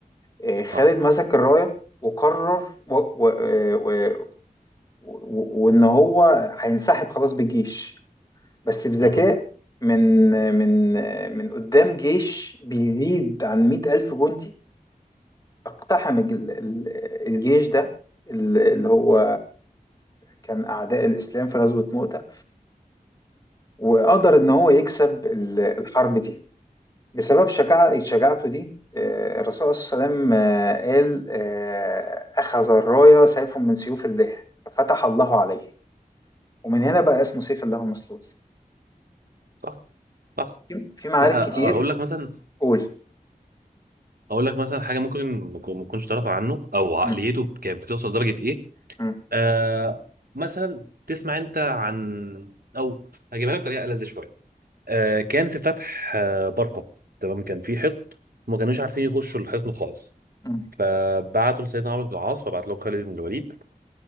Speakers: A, on the left (about 25°); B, on the right (about 80°).
A: آه، خالد
B: صح
A: مسك الراية وقرر و... و... آه، و... و... وإن هو هينسحب خلاص بالجيش بس بذكاء
B: مهم.
A: من من آه، من قدام جيش بيزيد عن مئة ألف جندي اقتحم ال- ال- الجيش ده ال- اللي هو كان أعداء الإسلام في غزوة مؤتة وقدر إن هو يكسب ال- الحرب دي بسبب شجاع شجاعته دي آه، الرسول عليه الصلاة والسلام آه، قال آه، أخذ الراية سيف من سيوف الله ففتح الله عليه ومن هنا بقى اسمه سيف الله مسلول
B: صح صح
A: في في معارك
B: لا
A: كتير
B: اقول لك مثلا
A: قول
B: اقول لك مثلا حاجه ممكن ما تكون- ما تكونش تعرف عنه او عقليته
A: مم،
B: كانت بتوصل لدرجه ايه
A: مم،
B: آه مثلا تسمع انت عن او هجيبها لك بطريقه ألذ شويه آه كان في فتح آه برقه تمام كان في حصن وما كانوش عارفين يخشوا الحصن خالص
A: مم،
B: آه بعتوا لسيدنا عمرو بن العاص فبعت لهم خالد بن الوليد